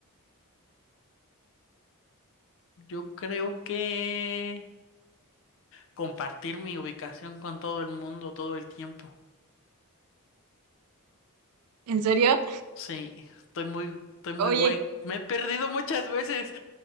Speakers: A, on the left (about 60°); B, on the right (about 75°).
A: Yo creo que compartir mi ubicación con todo el mundo todo el tiempo.
B: ¿En serio?
A: Sí, estoy muy, estoy muy
B: Oye,
A: güey. Me he perdido muchas veces.